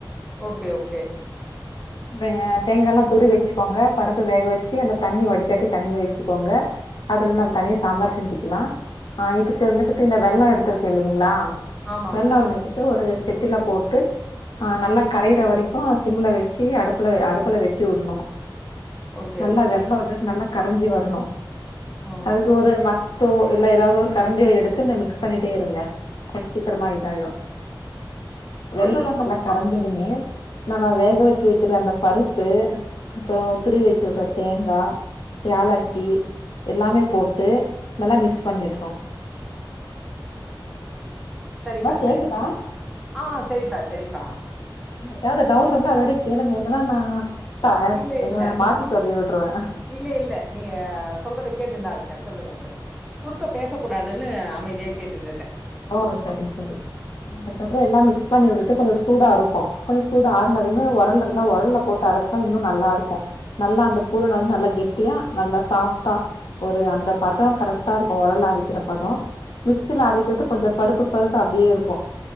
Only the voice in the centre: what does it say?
ஓகே ஓகே
ஆமாம்ப்பா.
ஓகே,
ஓகே.
ம்.
சரிப்பா
சரிப்பா ஆ சரிப்பா சரிப்பா
இல்ல,
இல்ல.
இல்ல இல்ல நீங்க சொல்றத கேட்டு தா இருக்கே சொல்லுங்க சொல்லு குறுக்க பேசக்கூடா துன்னு அமைதியா கேட்டுட்டு இருக்கே